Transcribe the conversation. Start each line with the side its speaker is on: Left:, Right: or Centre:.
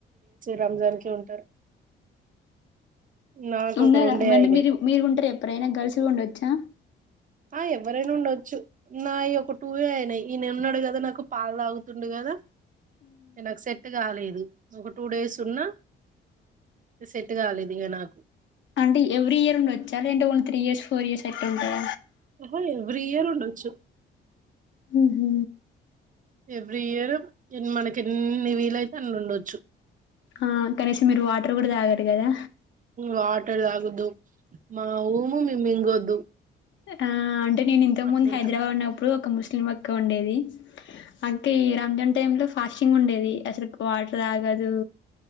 Right: రంజాన్కే ఉంటారు నాకు
Left: ఉన్నారాంటే
Right: ఒక రెండే అయినాయి
Left: మీరు మీరు ఉంటారు ఎప్పురైనా గర్ల్స్ కూడా ఉండొచ్చా
Right: ఆ ఎవరైనా ఉండొచ్చు నా ఈ ఒక టూవే అయినాయి ఈ నేను ఉన్నాడు కదా నాకు పాలు తాగుతుండు కదా నాకు సెట్ కాలేదు ఒక టూ డేస్ ఉన్నా సెట్ కాలేదు ఇగ నాకు
Left: అంటే ఎవ్రీ ఇయర్ ఉండోచ్చా లేదంటే త్రీ ఇయర్స్ ఫోర్ ఇయర్స్ అట్లా ఉంటద
Right: ఆహా ఎవ్రీ ఇయర్ ఉండోచ్చు
Left: ఉహ
Right: ఎవ్రీ ఇయర్ ఎ మనకి ఎన్ని వీలైయితే అన్ని ఉండొచ్చు
Left: ఆ కనీసం మీరు వాటర్ కూడా తాగరు కదా
Right: వాటర్ తాగదు మా ఉఊము మే మింగొద్దు
Left: ఆ అంటే నేను ఇంతకు
Right: అట్లుంటది
Left: ముందు హైదరాబాద్ ఉన్నప్పుడు ఒక ముస్లిం అక్క ఉండేది అక్క ఈ రంజాన్ టైం లో ఫాస్టింగ్ ఉండేది అసలు వాటర్ తగదు